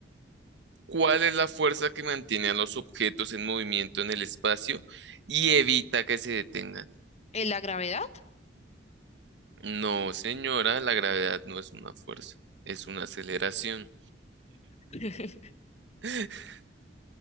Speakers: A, on the right; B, on the left.
A: ¿Cuál es la fuerza que mantiene a los objetos en movimiento en el espacio y evita que se detengan?
B: ¿Eh, ¿La gravedad?
A: No, señora, la gravedad no es una fuerza, es una aceleración.
B: <laughs>
A: <laughs>